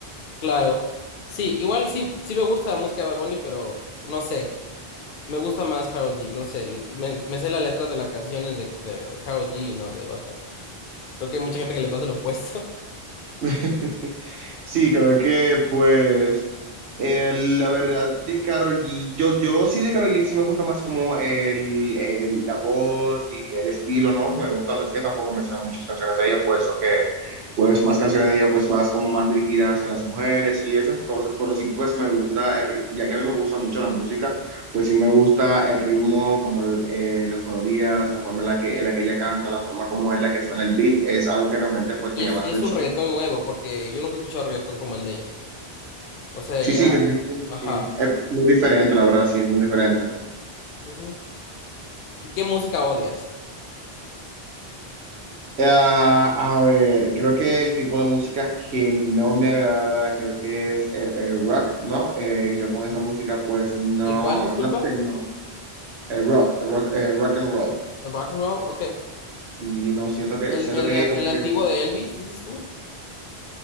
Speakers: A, on the left (about 60°); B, on the right (about 80°).
A: claro. Sí, igual sí, sí me gusta la música de Bad Bunny, pero no sé, me gusta más Karol G, no sé, l- me, me sé las letras de las canciones de, de, de Karol G y no de Bad Bunny. Creo que hay mucha gente que le pasa lo opuesto. <laughs>
B: <laughs> Sí, creo que pues Eh, la verdad de Karol G, yo, yo sí de Karol G sí me gusta más como el, el- la voz y que el estilo, ¿no? Me gusta, no es que tampoco me sean muchas canciones de ella, pues, o que, pues, más canciones de ella, pues, más como más dirigidas a las mujeres y esas cosas, pero sí, pues, me gusta, el rit- ya que a mí me gusta mucho la música, pues sí me gusta el ritmo, como el- eh, las melodías, la forma en la que, en la que ella canta, la forma como en la que suena el beat, es algo que realmente, pues,
A: Y
B: me
A: es,
B: llama la
A: y
B: atención.
A: es un reggaetón nuevo, porque yo nunca he escuchado reggaetón como el de ella. O sea, ella
B: Sí, sí, creo que es como
A: Ajá.
B: que es muy diferente, la verdad, sí, es muy diferente.
A: ujú. ¿Y qué música odias?
B: Ah, a ver, creo que el tipo de música que no me agrada, creo que es el, el rock, ¿no? Eh, yo con esa música, pues no,
A: ¿El cual, disculpa?
B: no sé, no. El rock, rock, eh, rock and roll.
A: ¿El rock and roll? Ok.
B: Sí, no, siento que,
A: ¿El,
B: siento
A: el,
B: que
A: de-
B: como
A: el antiguo
B: que
A: de Elvis, dices tú?